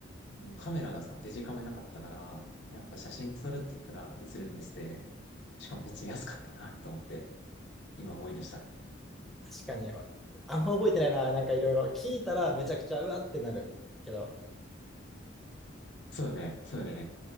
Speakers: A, on the left (about 60°); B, in the centre.
A: あのカメラがさ、デジカメなかったから、やっぱ写真撮るって言ったら写るんですって、しかも別に安かったなと思って、今思い出した。
B: 確かに、あんま覚えてないな。なんかいろいろ聞いたらめちゃくちゃうわってなるけど、
A: そうよね、そうよね。